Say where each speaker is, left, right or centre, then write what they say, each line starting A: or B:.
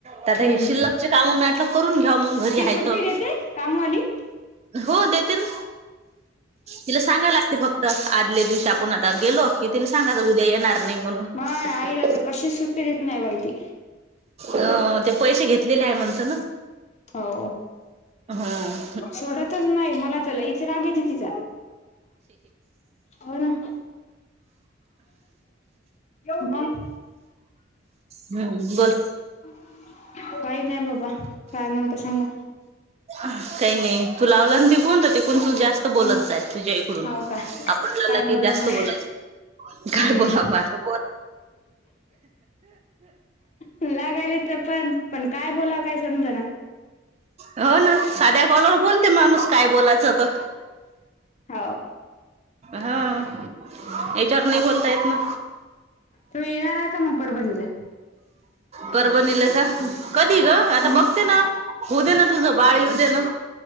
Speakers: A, on the right; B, on the left.
A: ते आता
B: हम्म.
A: हे शिल्लकचे कामं म्हटलं करून घ्यावं मग घरी
B: ती सुट्टी
A: हाय त.
B: देते कामवाली
A: हो देते ना. तिला सांगायला लागते फक्त आदल्या दिवशी आपण आता गेलो, की तिला सांगायचं उद्या येणार नाही म्हणून.
B: माय आईला
A: <inaudible>
B: तर कशीच सुट्टी देत नाही बाई ती.
A: अ ते पैसे घेतलेले आहे म्हणतं ना?
B: हो
A: हं.
B: सोडतच नाही मला तर लईच राग येतो तिचा. हो ना. मग?
A: हम्म बोल.
B: काही नाही बाबा. काय म्हणता सांगा?
A: काही नाही तू लावला तिकुन तर तिकुन जास्- तू
B: ह
A: बोलत जाय तुझ्या इकडून
B: हो का
A: आपण लावला
B: काय
A: की
B: बोलाव
A: जास्त
B: म
A: बोलायचं. काय
B: हम्म
A: बोलाव आता?
B: लागायले तर पण, पण काय बोलावं काय समजना.
A: हो ना साध्या कॉलवर बोलते माणूस काय बोलायचं तो.
B: हो.
A: हं याच्यावर नाही बोलता येत ना.
B: तुम्ही येणार आहे का मग परभणीला?
A: परभणीला का, कधी ग?
B: हम्म
A: आता बघते ना. होऊ दे ना, तुझं बाळ येऊ दे ना.